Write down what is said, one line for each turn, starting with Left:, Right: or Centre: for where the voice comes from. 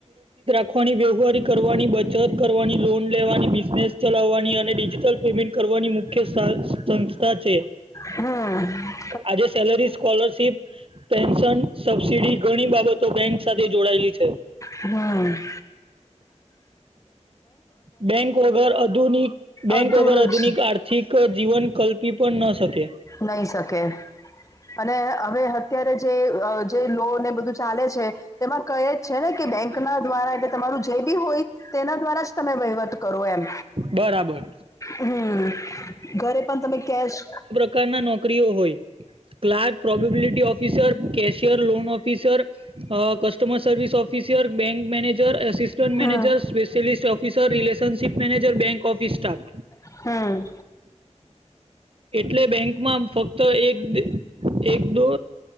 Right: ખવાની વ્યવહારી કરવાની બચત કરવાની લોન લેવાની બિઝનેસ ચલાવવાની અને ડિજિટલ પેમેન્ટ કરવાની મુખ્ય સા-સંસ્થા છે.
Left: હમ્મ.
Right: આજે સેલરી સ્કોલરશીપ પેન્શન સબસીડી ઘણી બાબતો બેંક સાથે જોડાયેલી છે.
Left: હા.
Right: બેંક વગર આધુનિક બેંક
Left: અધૂરું
Right: વગેર આધુનિક
Left: જ
Right: આ ઠીક અહ જીવન કલ્પી પણ ન શકે.
Left: નહી શકે. અને હવે અત્યારે જે અહ જે લો ને બધું ચાલે છે તેમાં કહે છે ને કે બેંક ના દ્વારા એટલે તમારું જે બી હોય તેના દ્વારા જ તમે વહીવટ કરો એમ.
Right: બરાબર
Left: હમ્મ, ઘરે પણ તમે કેશ
Right: પકાર ના નોકરીઓ હોય. Clerk, probability officer, cashier, loan officer uh customer service officer, bank manager, assistant
Left: hmm
Right: manager, specialist of officer relationship manager bank office staff
Left: હા
Right: એટલે બેંકમાં ફક્ત એક એક દો